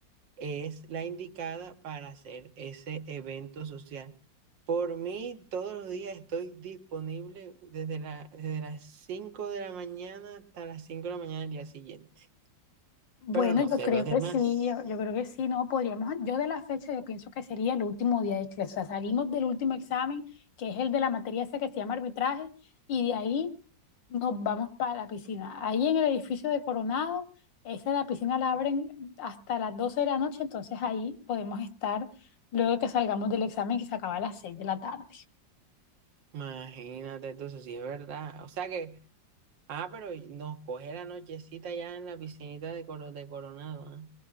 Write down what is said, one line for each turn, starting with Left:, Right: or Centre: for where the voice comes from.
Right: es la indicada para hacer ese evento social. Por mí, todos los días estoy disponible desde la, desde las 5 de la mañana hasta las 5 de la mañana del día siguiente.
Left: Bueno,
Right: Pero no
Left: yo
Right: sé
Left: creo
Right: los demás.
Left: que sí, yo, yo creo que sí, no podríamos, yo de la fecha yo pienso que sería el último día de clase, o sea, salimos del último examen, que es el de la materia esa que se llama arbitraje, y de ahí nos vamos para la piscina. Ahí en el edificio de Coronado, esa la piscina la abren hasta las 12 de la noche, entonces ahí podemos estar luego de que salgamos del examen que se acaba a las seis de la tarde.
Right: Imagínate, entonces sí es verdad. O sea que, ah, pero y nos coge la nochecita ya en la piscinita de, Coro- de Coronado, ¿ah?